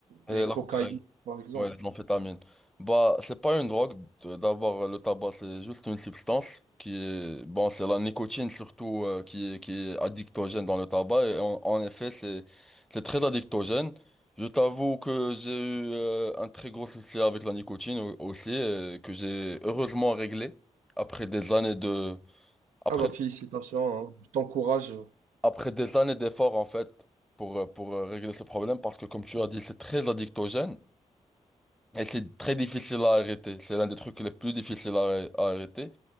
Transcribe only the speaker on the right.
et
cocaïne,
par exemple.
Ah bah félicitations, hein. Je t'encourage.